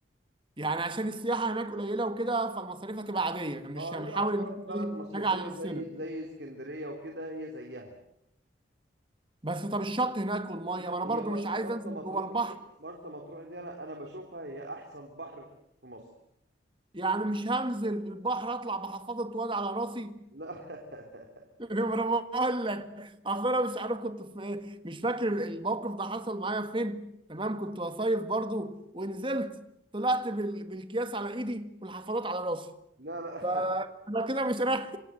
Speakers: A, on the right; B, on the right.
A: يعني عشان السياحة هناك قليلة وكده فالمصاريف هتبقى عادية مش
B: اه
A: هنحاول
B: هي يعتبر
A: ان احنا
B: بلد
A: ايه
B: مصيفية
A: نجي على نفسنا
B: زي زي اسكندرية وكده هي زيها
A: بس طب الشط هناك والميه
B: لا
A: ما انا
B: هي
A: برضو
B: مرس-
A: مش عايز
B: مرسى
A: انزل
B: مطروح
A: جوه البحر
B: دي مرسى مطروح دي انا انا بشوفها هي احسن بحر في في مصر
A: يعني مش هنزل البحر اطلع بحفاضه واد على راسي
B: لا <laughs>
A: <laughs> ما انا بقول لك اصل انا مش عارف كنت في ايه مش فاكر الموقف ده حصل معايا فين تمام كنت بصيف برضو ونزلت طلعت بال... بالكياس على ايدي والحفاضات على راسي
B: لا لا
A: فانا كده مش رايح